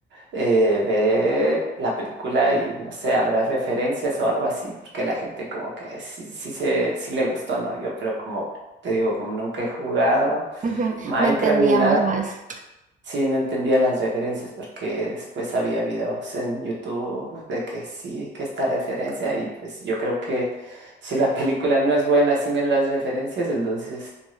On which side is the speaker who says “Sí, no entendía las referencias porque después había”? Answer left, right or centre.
Right